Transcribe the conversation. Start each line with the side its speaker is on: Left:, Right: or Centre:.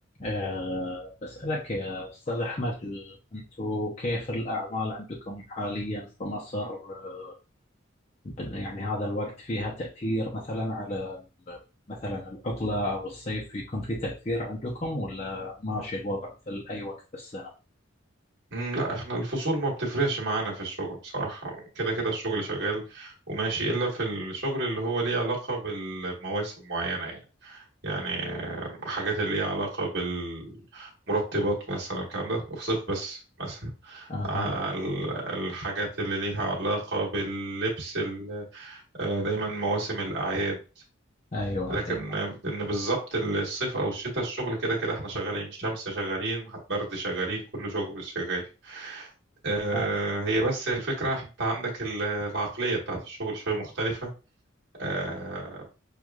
Left: أه بسألك يا أستاذ أحمد أنتوا كيف الأعمال عندكم حاليا في مصر أه بن- يعني هذا الوقت فيها تأثير مثلا على ال- مثلا العطلة أو الصيف يكون في تأثير عندكم ولا ماشي الوضع مثل أي وقت في السنة؟
Right: مم، لا احنا الفصول ما بتفرقش معانا في الشغل بصراحة كده كده الشغل شغال وماشي إلا في الشغل اللي هو ليه علاقة بالمواسم معينة يعني يعني حاجات اللي ليها علاقة بالمرطبات مثلا الكلام ده في صيف بس مثلا
Left: أها
Right: آه، ال- الحاجات اللي ليها علاقة باللبس ال- آه، دايما مواسم الأعياد
Left: أيوه
Right: لكن
Left: أيوه
Right: ان بالظبط الصيف او الشتاء الشغل كده كده احنا شغالين شمس شغالين برد شغالين كل شغل شغال آه،
Left: آه
Right: هي بس الفكرة انت عندك ال- العقلية بتاعت الشغل شوية مختلفة آه،